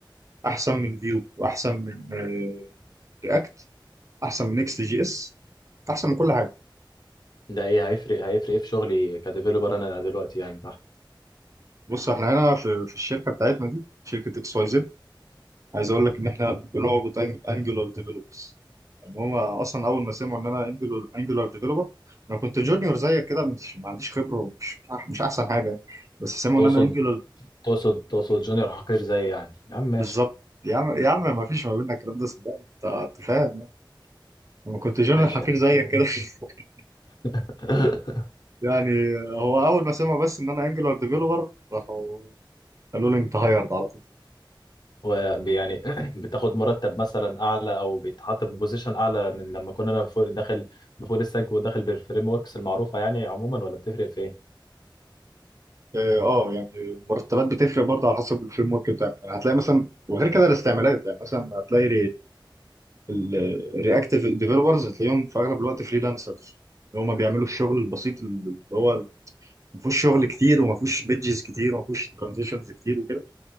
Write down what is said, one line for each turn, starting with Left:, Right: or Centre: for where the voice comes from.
Right: احسن من فيو واحسن من آه، رياكت احسن من نيكست جي اس احسن من كل حاجه
Left: ده إيه هيفرق هيفرق إيه في شغلي كديفيلوبر أنا دلوقتي يعني تحت
Right: بص احنا هنا في, في الشركه بتاعتنا دي شركه اكس واي زد عايز اقول لك ان احنا بنعبط انجولار ديفلوبرز ان هم اصلا اول ما سمعوا ان انا انجولار انجولار ديفلوبر انا كنت جونيور زيك كده مش ما عنديش خبره ومش أح- مش احسن حاجه يعني. بس سمعوا
Left: تقصد
Right: ان انا انجولار
Left: تقصد تقصد جونيور حقير زي يعني يا عم ماشي
Right: بالظبط يا عم يا عم ما فيش ما بيننا الكلام ده صدقني انت أنت فاهم يعني. لما كنت جونيور
Left: ماشي
Right: حفير
Left: يا عم
Right: زيك كده <laughs>
Left: <laughs>
Right: يعني هو اول ما سمعوا بس ان انا انجولار ديفلوبر راحوا قالوا لي انت هايرد على طول
Left: ويعني <clears throat> بتاخد مرتب مثلا أعلى أو بيتحط في بوزيشن أعلى من لما كنا أنا فوق- داخل بفول ستاك وداخل بالفريم وركس المعروفة يعني عموما ولا بتفرق في إيه؟
Right: اه آه، يعني المرتبات بتفرق برضه على حسب الفريم ورك بتاعك يعني هتلاقي مثلا وغير كده الاستعمالات يعني مثلا هتلاقي الرياكتيف ديفلوبرز هتلاقيهم في اغلب الوقت فريلانسرز اللي هم بيعملوا الشغل البسيط اللي هو ما فيهوش شغل كتير وما فيهوش بيدجز كتير وما فيهوش ترانزيشنز كتير وكده